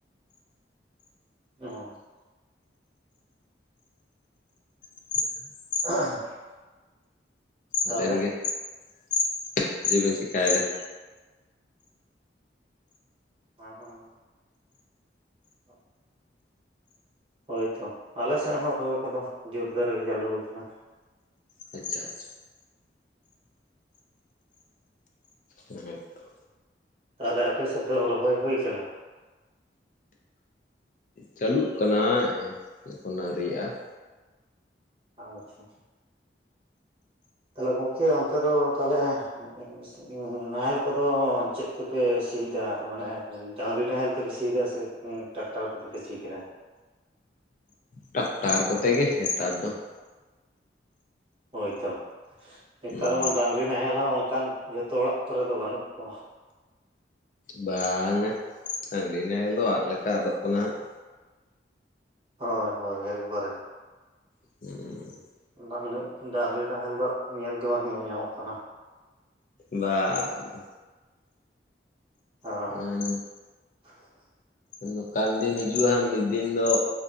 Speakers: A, on the right; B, on the left.
A: <inaudible>
B: <inaudible>
A: <unintelligible> ᱛᱟᱦᱚᱞᱮ
B: ᱟᱵᱮᱱ ᱜᱮ <inaudible> ᱦᱟᱡᱩᱵᱤᱱ ᱪᱤᱠᱟᱭᱫᱟ?
A: <inaudible> <inaudible> ᱦᱳᱭᱛᱚ ᱟᱞᱮ ᱥᱮᱜ ᱦᱚᱸ ᱨᱚᱦᱚᱭ ᱠᱚᱫᱚ ᱡᱳᱨᱫᱟᱨ ᱜᱮ ᱪᱟᱹᱞᱩ ᱠᱟᱱᱟ ᱾
B: ᱦᱮᱪᱟᱜ ᱪᱚ ᱦᱩᱸ ᱛᱚ ᱾
A: ᱛᱟᱦᱞᱮ ᱟᱯᱮ ᱥᱮᱫ ᱫᱚ ᱨᱚᱦᱚᱭ ᱦᱳᱭ ᱠᱟᱱᱟ?
B: ᱪᱟᱹᱞᱩᱜ ᱠᱟᱱᱟ ᱮ ᱮᱠᱷᱚᱱ ᱟᱹᱣᱨᱤᱭᱟᱜᱼᱟ᱾
A: ᱟᱪᱪᱷᱟ ᱾ ᱛᱟᱞᱮ ᱜᱚᱝᱠᱮ ᱚᱱᱛᱮ ᱫᱚ ᱛᱟᱦᱞᱮ <inaudible> <inaudible> ᱱᱟᱦᱮᱞ ᱠᱚᱫᱚ ᱪᱮᱫ ᱛᱮᱯᱮ ᱥᱤ ᱫᱟ ᱢᱟᱱᱮ ᱰᱟᱝᱨᱤ ᱱᱟᱦᱮᱞ ᱛᱮᱯᱮ ᱥᱤ ᱫᱟ ᱥᱮ <inaudible> ᱴᱟᱠᱴᱟᱨ ᱠᱚᱛᱮ ᱯᱮ ᱥᱤ ᱠᱮᱫᱟ?
B: ᱴᱟᱠᱴᱟᱨ ᱠᱚᱛᱮ ᱜᱮ ᱱᱮᱛᱟᱨ ᱫᱚ ᱾
A: ᱦᱳᱭᱛᱚ ᱱᱮᱛᱟᱨ
B: ᱦᱩᱸ
A: ᱢᱟ ᱰᱟᱹᱝᱨᱤ ᱱᱟᱦᱮᱞ ᱦᱚᱸ ᱚᱱᱠᱟᱱ ᱡᱚᱛᱚ ᱚᱲᱟᱜ ᱠᱚᱨᱮ ᱫᱚ ᱵᱟᱹᱱᱩᱜ ᱠᱚᱣᱟ ᱾
B: ᱵᱟᱝᱟ <inaudible> ᱦᱟᱰᱤ ᱱᱟᱦᱮᱞ ᱫᱚ ᱟᱜ ᱞᱮᱠᱟ ᱟᱫᱚᱜ ᱠᱟᱱᱟ ᱦᱟᱸᱜ ᱾
A: ᱦᱳᱭ ᱦᱳᱭ ᱮᱠᱵᱟᱨᱮ᱾
B: ᱦᱩᱸ᱾
A: ᱰᱟᱹᱝᱞᱤ ᱰᱟᱹᱝᱨᱤ ᱱᱟᱦᱮᱞ ᱫᱚ ᱧᱮᱞ ᱜᱮ ᱵᱟᱝ ᱧᱮᱞ ᱧᱟᱢᱚᱜ ᱠᱟᱱᱟ᱾
B: ᱵᱟ-ᱵᱟ᱾
A: ᱦᱳᱭ
B: ᱮᱠᱫᱚᱢ᱾
A: <inaudible>
B: ᱱᱚᱠᱟᱱ ᱫᱤᱱ ᱦᱤᱡᱩᱜᱼᱟ ᱦᱟᱸᱜ ᱢᱤᱫ ᱫᱤᱱ ᱫᱚ